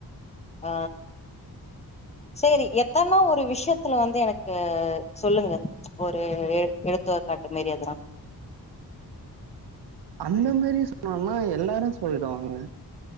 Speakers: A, on the left (about 15°); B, on the right (about 85°).
A: ஆ சேரி எத்தனா ஒரு விஷயத்துல வந்து எனக்கு சொல்லுங்க ஒரு எ எடுத்து காட்டு மாரி எதானா
B: அந்த மாதிரி சொன்னோம்னா எல்லாரு சொல்லிடுவாங்க